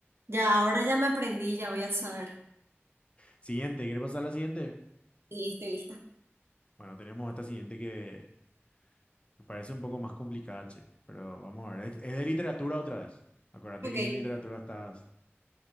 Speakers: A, on the right; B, on the left.
A: ya ahora ya me aprendí, ya voy a saber.
B: Siguiente, ¿quieres pasar a la siguiente?
A: Y estoy lista.
B: Bueno, tenemos esta siguiente que, que parece un poco más complicada, che, pero vamos a ver. Es, es de literatura otra vez. Acuérdate
A: Ok,
B: que en literatura estás,